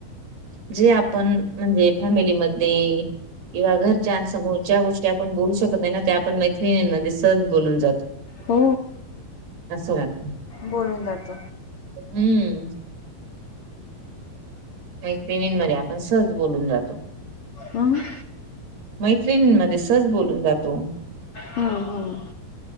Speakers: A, on the right (about 85°); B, on the left (about 70°).
A: जे आपण म्हणजे फॅमिलीमध्ये किंवा घरच्यांसमोर ज्या गोष्टी आपण बोलू शकत नाही ना त्या आपण मैत्रिणींमध्ये सहज बोलून जा
B: हो.
A: असं रात <unintelligible>
B: बोलून जात
A: हम्म. मैत्रिणींमध्ये आपण सहज बोलून जातो.
B: हा <unintelligible>
A: मैत्रिणींमध्ये सहज बोलून जातो.
B: हम्म हम्म.